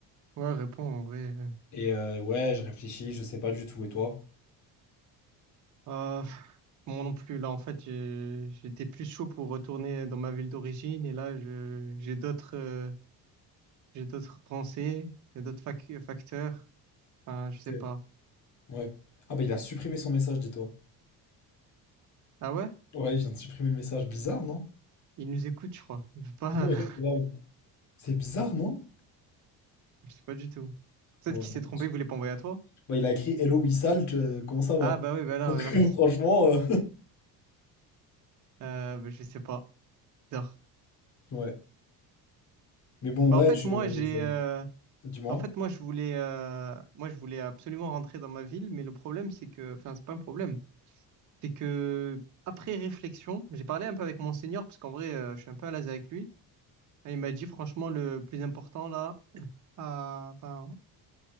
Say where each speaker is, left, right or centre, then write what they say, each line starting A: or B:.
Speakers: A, on the right; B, on the left.
A: ouais, réponds en vrai.
B: Et euh, ouais, je réfléchis, je sais pas du tout. Et toi?
A: Euh, <sighs> moi non plus. Là, en fait, j'ai- j'étais plus chaud pour retourner dans ma ville d'origine et là, je, j'ai d'autres, euh, j'ai d'autres pensées, j'ai d'autres fac- facteurs. Enfin, je
B: C'est-
A: sais pas.
B: Ouais. Ah bah, il a supprimé son message, dis-toi.
A: Ah ouais?
B: Ouais, il vient de supprimer le message. Bizarre, non?
A: Il nous écoute, je crois. Il veut pas.
B: Ouais,
A: <laughs>
B: grave. C'est bizarre, non?
A: Je sais pas du tout. Peut-être
B: Bon,
A: qu'il
B: je m'en
A: s'est
B: fiche.
A: trompé, il voulait pas envoyer à toi.
B: bah, il a écrit Hello Wissal, je- comment ça va?
A: Ah bah oui, bah là,
B: Donc, <laughs>
A: bah
B: franchement, euh,
A: là. Euh, bah, je sais pas. Bizarre.
B: ouais. Mais bon,
A: Bah
B: ouais,
A: en fait,
B: je...
A: moi
B: je-
A: j'ai euh,
B: Dis-moi.
A: En fait, moi, je voulais, euh, moi, je voulais absolument rentrer dans ma ville, mais le problème, c'est que, enfin, c'est pas un problème, c'est que après réflexion, j'ai parlé un peu avec mon senior parce qu'en vrai, euh, je suis un peu à l'aise avec lui. Et il m'a dit, franchement, le plus important là, à, enfin,